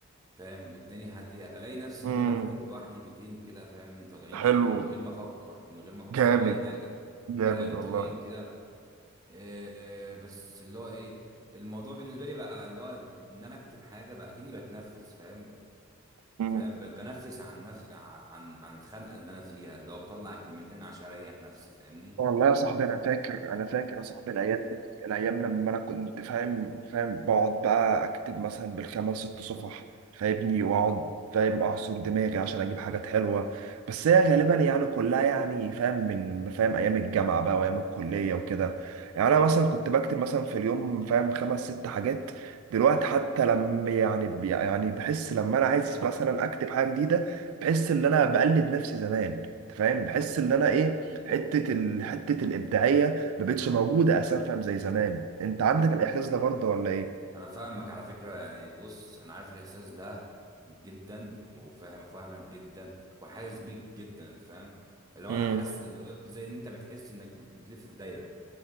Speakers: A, on the right; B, on the right.
A: فاهم والدنيا هاديه الاقي نفسي
B: امم
A: كده بكتب لوحدي بيتين كده فاهم طالعين
B: حلو
A: ك- من غير ما افكر من غير ما افكر
B: جامد
A: في اي حاجه
B: جامد
A: الاقيهم
B: والله
A: طالعين كده إيه بس اللي هو ايه الموضوع بالنسبه لي بقى اللي هو ان انا اكتب حاجه بقى كأني بتنفس فاهم
B: مم.
A: فاهم ب- بنفس عن نفس عن عن الخنقه اللي انا فيها اللي هو بطلع كلمتين عشان اريح نفسي فاهمني
B: والله يا صاحبي انا فاكر انا فاكر يا صاحبي الايام دي، الايام لما انا كنت فاهم فاهم بقعد بقى اكتب مثلا بالخمس ست صفح فاهمني واقعد فاهم اعصر دماغي عشان اجيب حاجات حلوه بس هي غالبا يعني كلها يعني فاهم من فاهم ايام الجامعه بقى وايام الكليه وكده يعني انا مثلا كنت بكتب مثلا في اليوم فاهم خمس ست حاجات دلوقتي حتى لما يعني يعني بحس لما انا عايز مثلا اكتب حاجه جديده بحس ان انا بقلد نفسي زمان أنت فاهم بحس ان انا ايه
A: امم
B: حته ال... حته الابداعيه ما بقتش موجوده اساسا فاهم زي زمان انت عندك الاحساس
A: امم، امم.
B: ده برضه ولا ايه
A: انا فاهمك على فكرة يعني بص انا عارف الاحساس ده جدا وفاهم فاهمك جدا وحاسس بيك جدا فاهم اللي هو
B: امم
A: انا حاسس اللي هو زي ان انت بتحس انك بتلف في دايرة